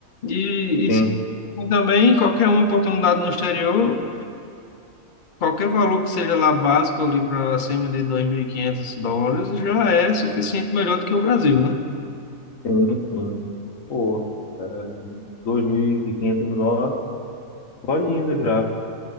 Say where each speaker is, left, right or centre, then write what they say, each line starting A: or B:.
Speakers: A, on the left; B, on the left.
A: E, e
B: sim,
A: também qualquer uma oportunidade no exterior. Qualquer valor que seja lá básico ali para acima de 2.500 dólares já é suficiente melhor do que o Brasil, né?
B: sim, sim. Pô, é, 2.500 dólares, ó, lindo já.